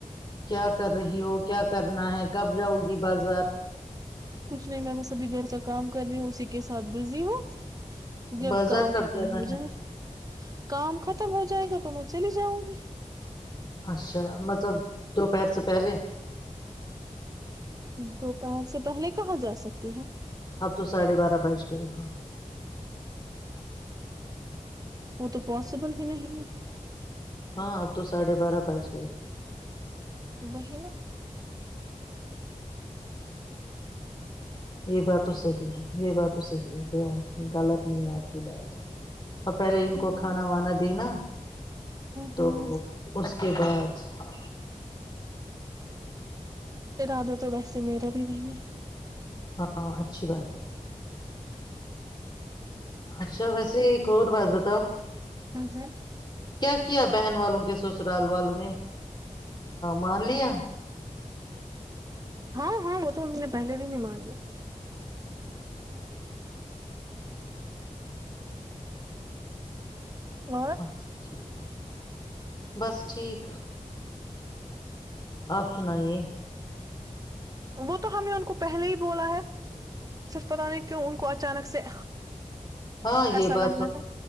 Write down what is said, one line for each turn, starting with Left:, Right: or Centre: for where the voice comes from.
Left: کیا کر رہی ہو کیا کرنا ہے کب جاؤ گی بازار
Right: کچھ نہیں میں بس ابھی گھر کا کام کر رہی ہوں اسی کے ساتھ بزی ہوں جب
Left: بازار
Right: کام
Left: کب
Right: ختم
Left: جانا
Right: ہو
Left: ہے
Right: جائے کام ختم ہو جائے گا تو میں چل جاؤں گی
Left: اچھا مطلب دوپہر سے پہلے
Right: دوپہر سے پہلے کہاں جا سکتی ہے
Left: اب تو ساڑھے بارہ بج گئے ہاں
Right: وہ تو پاسبل ہی نہیں ہے
Left: ہاں اب تو سھے بارہ پسے ہے
Right: بہ نا
Left: یہ بات تو صحیح ہے یہ بات تو صحیح ہے غلط نہیں ہے آپ کی بات اور پہلے ان
Right: ہوں
Left: کو کھانا وانا دینا تو
Right: ہوں
Left: اس کے بعدب
Right: ارادہ تو ویسے میرا بھی بی ہے
Left: ہاں اچھی بات ہے اشو وسی کو بات ب تو
Right: ہ ج <unintelligible>
Left: کیا بہن والوں کے سسرال والوں نے مان لیا
Right: ہاں ہاں وہ تو ان نے پہلے بھی نہیں مان لیا اور
Left: اچھ <unintelligible> بس ٹھیک <unintelligible> آپ سنائیے <unintelligible>
Right: وہ تو ہم نے ان کو پہلے ہی بولا ہے صرف پتہ نہیں کیوں ان کو اچانک سے
Left: ہاں یہ
Right: ایسا
Left: بات
Right: لگ
Left: تو
Right: رہا